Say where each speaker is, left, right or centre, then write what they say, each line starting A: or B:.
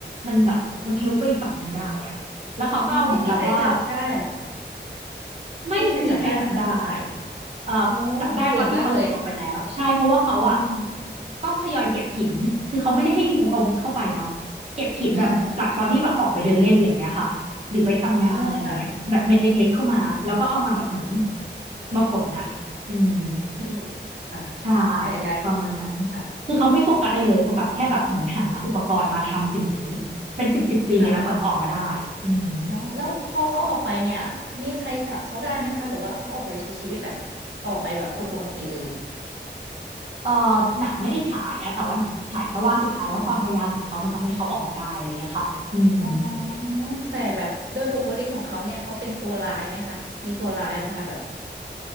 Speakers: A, on the right; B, on the right.
A: มันแบบมันทะลุไปอีกฝั่งหนึ่งได้อ่ะแล้วเขาก็เอาเหมือนแบบว่า
B: อืมไม่มีใครจับได้เหรอคะ
A: ไม่มีใครจับได้
B: มีใครจับได้ไหมคะคุณป่าน
A: เอ่อจับได้ตอนที่เขาหนีออกไปแล้วใช่เพราะว่าเขาอ่ะ
B: โอ้เก่งมากเลยอืม
A: ต้องทยอยเก็บหินคือเขาไม่ได้ให้มีพกอาวุธเข้าไปเนาะเก็บหินแบบจากตอนที่แบบออกไปเดินเล่นอะไรอย่างเงี้ยค่ะหรือไปทำงานอะไรเงี้ยแบบเม็ดเล็กๆเข้ามาแล้วก็เอามาแบบเหมือน
B: เอออ๋อค่ะอืม
A: มาฝนอ่ะอืม
B: อืมค่ะ
A: ใช่
B: เข้าใจได้เลย
A: ประมาณนั้น
B: ค่ะ
A: คือเขาไม่โฟกัสอะไรเลยโฟกัสแค่แบบเหมือนหาอุปกรณ์มาทำสิ่งนี้เป็นสิบสิบปีเลยนะกว่าจะออกมาได้อืม
B: ค่ะ อ๋อแล้วพอเขาออกไปเนี่ยมีใครจับเขาได้ไหมคะหรือว่าเขาออกไปใช้ชีวิตแบบต่อไปแบบคนปกติเลย
A: เออหนังไม่ได้ฉายอะแต่ว่าหนังฉายแค่ว่าสุดท้ายแล้วความพยายามของเขามันทำให้เขาออกมาได้อะไรเงี้ยค่ะอืม
B: อ๋อแต่แบบโดยปกติของเขาเนี่ยเขาเป็นตัวร้ายไหมคะมีตัวร้ายไหมคะแบบ